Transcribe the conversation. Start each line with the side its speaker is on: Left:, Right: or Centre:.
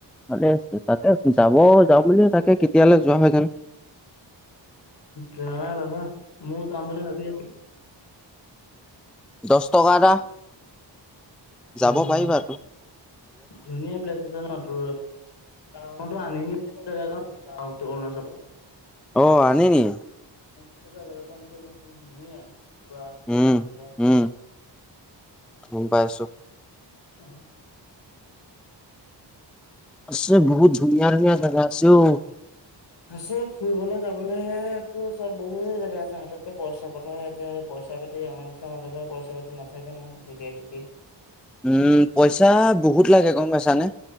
Centre: ভালে আছে, তাকে যাব যাওঁ বুলি তাকে কেতিয়ালৈ যোৱা হয় জানো।
Left: যোৱা ৰ'বা, ময়ো যাম বুলি ভাবি আছিলোঁ।
Centre: দছ টকা এটা। যাব
Left: উম,
Centre: পাৰিবা আকৌ।
Left: ধুনীয়া প্লেচ আছে ন' তোৰ টাউনতো আনিব বোলে। তই কেইবাৰ গৈছ টাউন অৰুণাচলে?
Centre: অ' আনি নি?
Left: <unintelligible> ধুনীয়াই। পোৰা
Centre: উম,
Left: মজা।
Centre: উম, গম পাইছো
Left: অ'।
Centre: আছে বহুত ধুনীয়া ধুনীয়া জাগা আছে অ'।
Left: আছে ফুৰিবলে যাবলেতো চব বহুতে জেগা আছে হাতত। এতিয়া পইচাৰ কথাহে, পইচা পাতি আমাৰ নিচিনা মানুহৰ তাত পইচা পাতি নাথাকে নহয় যেতিয়াই তেতিয়াই।
Centre: উম, পইচা বহুত লাগে গ'ম পাইছানে?